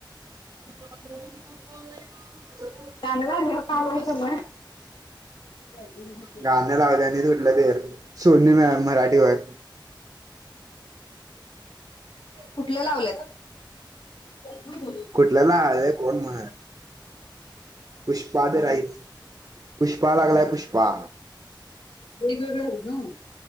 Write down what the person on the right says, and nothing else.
<unintelligible> <inaudible>
गाणं लावल्या आणि त उुठलं ते सोननी म मराठीवर
कुठल् नाव आहे <unintelligible> कोण <unintelligible> पुष्पा द राईस पुष्पा लागलाय पुष्पा.